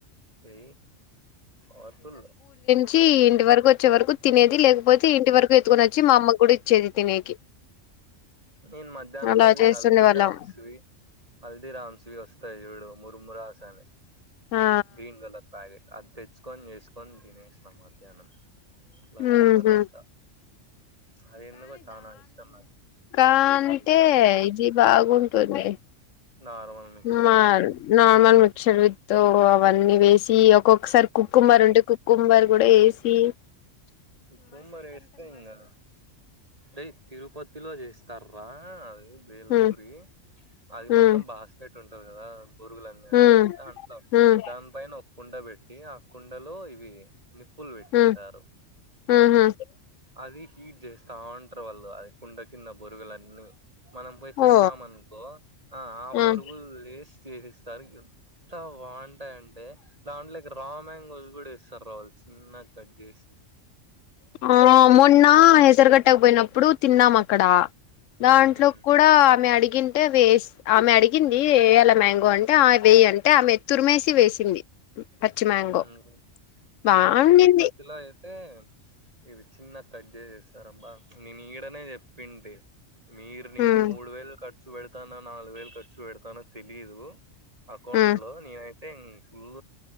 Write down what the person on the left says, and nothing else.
చ్చి ఇంటి వరకు వచ్చే వరకు తినేది లేకపోతే ఇంటి వరకు ఎత్తుకొని వచ్చి మా అమ్మ కూడా ఇచ్చేది తినేకి
అలా
చేస్తుండే
వాళ్ళం
ఆ
ఉహు
కా అంటే
ఇది బాగుంటుంది
మా నార్మల్ సేరివిత్ తొ అవన్నీ వేసి ఒక్కొక్కసారి కుక్కుంబర్ ఉంటే కుక్కుంబర్ కూడా యేసి
ఉ
ఉ
హ్మ్
హ్మ్
హ్మ్ ఊహూ
ఓ
హ్మ్
ఆ మొన్న హేసరుగట్టకు పోయినప్పుడు తిన్నాం అక్కడ
దాంట్లోకి
కూడా ఆమె అడిగి అడిగింటే వేస్ ఆమె అడిగింది ఏయ్యాల మ్యాంగో అంటే ఆమె వేయ్య్ అంటే ఆమె తురిమేసి వేసింది పచ్చి మ్యాంగో
బావుండింది
హ్మ్
హ్మ్